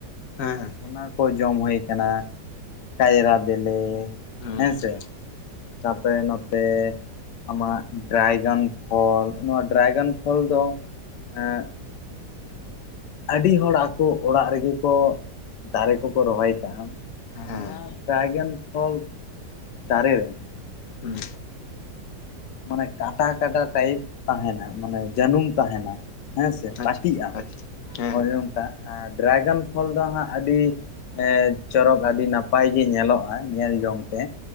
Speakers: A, on the left (about 60°); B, on the left (about 75°).
A: ᱦᱮᱸ ᱦᱮᱸ
B: ᱚᱱᱟ ᱠᱚ ᱡᱚᱢ ᱦᱩᱭ ᱠᱟᱱᱟ ᱠᱟᱭᱨᱟ ᱵᱤᱞᱤ
A: ᱦᱩᱸ
B: ᱦᱮᱸ ᱥᱮ᱾ ᱛᱟᱯᱚᱨᱮ ᱱᱚᱛᱮᱼᱼ ᱟᱢᱟᱜ ᱰᱨᱟᱭᱜᱟᱱ ᱯᱷᱚᱞ ᱱᱚᱣᱟ ᱰᱨᱟᱭᱜᱟᱱ ᱯᱷᱚᱞ ᱫᱚ ᱮᱜᱼᱼ ᱟᱹᱰᱤ ᱦᱚᱲ ᱟᱠᱚ ᱚᱲᱟᱜ ᱨᱮᱜᱮ ᱠᱚ ᱫᱟᱨᱮ ᱠᱚᱠᱚ ᱨᱚᱦᱚᱭ ᱠᱟᱜᱼᱟ᱾
A: ᱦᱮᱸ
B: ᱱᱚᱣᱟ ᱰᱨᱟᱭᱜᱚᱱ ᱯᱷᱚᱞ ᱫᱟᱨᱮ ᱨᱮᱼᱼ
A: ᱦᱩᱸ
B: ᱢᱟᱱᱮ ᱠᱟᱴᱟ ᱠᱟᱴᱟ ᱴᱟᱭᱤᱯ ᱛᱟᱦᱮᱸᱱᱟ ᱢᱟᱱᱮ ᱡᱟᱹᱱᱩᱢ ᱛᱟᱦᱮᱸᱱᱟ ᱾ ᱦᱮᱸ ᱥᱮ ᱯᱟᱹᱴᱤᱜᱼᱟ,
A: ᱟᱪᱪᱷᱟ ᱟᱪᱪᱷᱟ ᱦᱮᱸ
B: ᱦᱳᱭ
A: ᱦᱮᱸ
B: ᱚᱝᱠᱟ ᱟᱨ ᱰᱨᱟᱭᱜᱮᱱ ᱯᱷᱚᱞ ᱫᱚ ᱦᱟᱸᱜ ᱟᱹᱰᱤᱼᱼ ᱮᱸ ᱪᱚᱨᱚᱠ ᱟᱹᱰᱤ ᱱᱟᱯᱟᱭ ᱜᱮ ᱧᱮᱞᱚᱜᱼᱟ, ᱧᱮᱞ ᱡᱚᱝ ᱛᱮ᱾